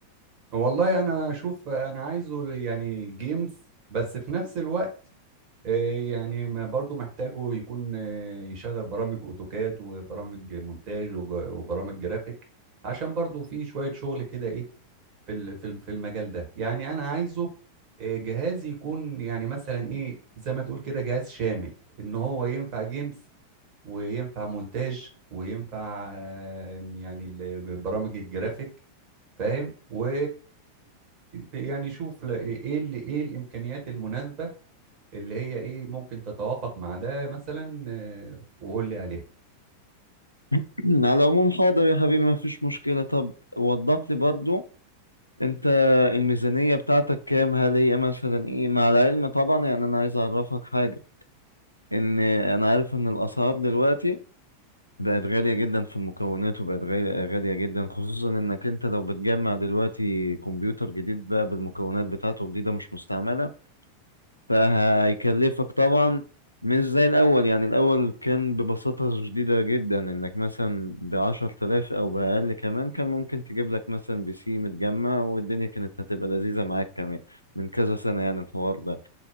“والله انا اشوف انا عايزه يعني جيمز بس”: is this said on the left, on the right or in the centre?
Right